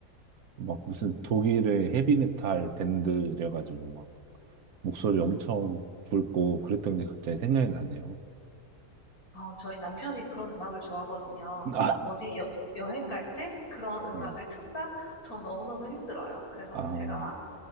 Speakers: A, on the right (about 80°); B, on the left (about 85°).
A: 막 무슨 독일의 헤비메탈 밴드 래가지고 막 목소리 엄청 굵고 그랬던 게 갑자기 생각이 나네요.
B: 어, 저희 남편이 그런 음악을 좋아하거든요.
A: <laughs> 아,
B: 어디 여, 여행 갈 때 그런 음악을
A: 네.
B: 튼다? 저 너무너무 힘들어요. 그래서
A: 아,
B: 제가 막